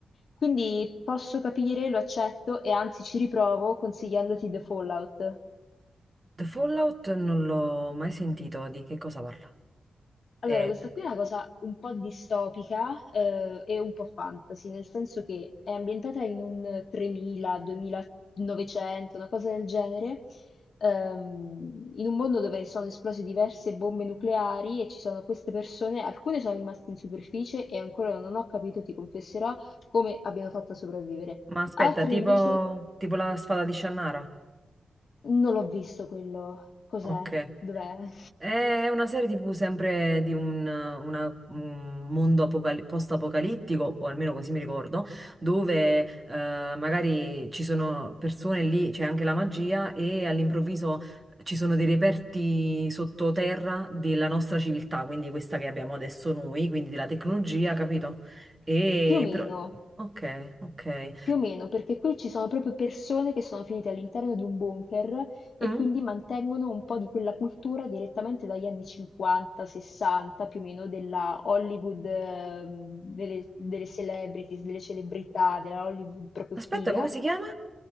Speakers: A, on the left; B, on the right.
A: Quindi posso capire, lo accetto e anzi ci riprovo consigliandoti The Fallout.
B: The Fallout non l'ho mai sentito, di che cosa parla?
A: Allora,
B: Eh,
A: questa qui è una cosa un po' distopica, eh, e un po' fantasy, nel senso che è ambientata in un 3000, 2900, una cosa del genere, ehm, in un mondo dove sono esplose diverse bombe nucleari e ci sono queste persone, alcune sono rimaste in superficie e ancora non ho capito, ti confesserò, come abbiano fatto a sopravvivere.
B: Ma aspetta,
A: Altre
B: tipo,
A: invece
B: tipo la spada di Shannara?
A: non l'ho visto quello, cos'è,
B: Ok.
A: dov'è? <laughs>
B: È una serie TV sempre di un, una- un mondo apocali- post-apocalittico, o almeno così mi ricordo, dove eh, magari ci sono persone lì, c'è anche la magia, e all'improvviso ci sono dei reperti sottoterra della nostra civiltà, quindi questa che abbiamo adesso noi, quindi della tecnologia, capito? E
A: Più o meno.
B: però... Ok, ok.
A: Più o meno, perché qui ci sono proprio persone che sono finite all'interno di un bunker e
B: Mm?
A: quindi mantengono un po' di quella cultura direttamente dagli anni 50, 60, più o meno della Hollywood, ehm, delle, delle celebrities, delle celebrità, della Hollywood proprio
B: Aspetta,
A: figa.
B: come si chiama?